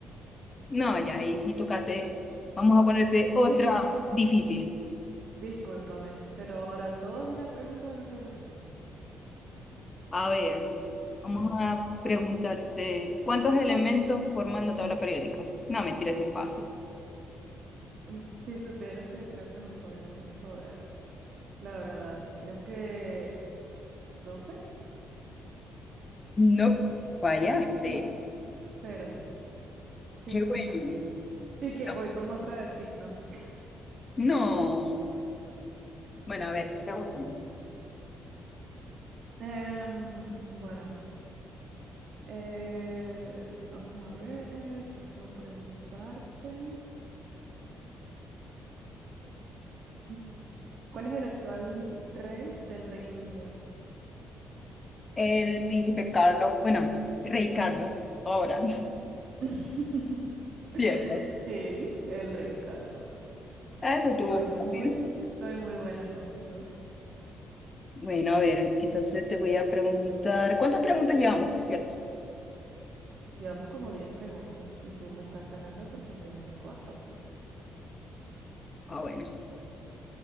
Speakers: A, on the left; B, on the right.
A: No, ya ahí sí tocate. Vamos a ponerte otra
B: Y que,
A: difícil.
B: discúlpame, pero ahora todas las preguntas van a ser de signo.
A: A ver, vamos
B: <laughs>
A: a preguntarte, ¿cuántos elementos forman la tabla periódica? No, mentira, ese es fácil.
B: Mm, Si supieras que creo que me puedes joder, la verdad, creo que doce.
A: No, fallaste.
B: Ah, perdí. Qué
A: Qué
B: lamentable.
A: bueno.
B: Y que
A: No.
B: voy con otra de signos. <laughs>
A: no. Bueno, a ver, pregúntame.
B: Em, bueno, eh, vamos a ver qué puedo preguntarte. Mm, ¿Cuál es el actual rey del Reino Unido?
A: El príncipe Carlos, bueno, rey Carlos, ahora, <laughs>
B: <laughs>
A: ¿cierto?
B: Sí, el rey Carlos.
A: Ah, eso estuvo
B: Soy muy,
A: fácil.
B: soy muy buena contigo.
A: Bueno, a ver, entonces te voy a preguntar, ¿cuántas preguntas llevamos, por cierto?
B: Llevamos como diez preguntas y tú me estás ganando porque llevas 4 puntos.
A: Ah, bueno.